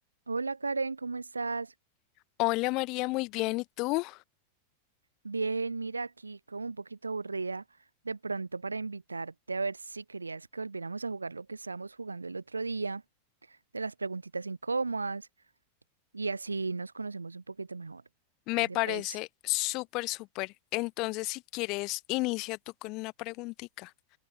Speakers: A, on the right; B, on the left.
A: Hola Karen, ¿cómo estás?
B: Hola María, muy bien. ¿Y tú?
A: Bien, mira aquí como un poquito aburrida de pronto para invitarte a ver si querías que volviéramos a jugar lo que estábamos jugando el otro día, de las preguntitas incómodas y así nos conocemos un poquito mejor.
B: Me
A: ¿Qué te
B: parece
A: parece?
B: súper, súper. Entonces, si quieres, inicia tú con una preguntita.